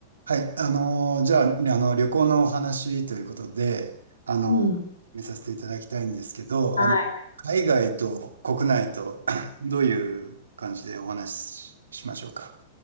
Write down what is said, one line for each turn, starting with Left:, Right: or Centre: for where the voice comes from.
Right: はい、あのーじゃあ、あの、旅行のお話ということで、あの、
Left: うん。
Right: 見させていただきたいんですけど、
Left: はい。
Right: あの、海外と国内と <clears throat> どういう感じでお話ししましょうか。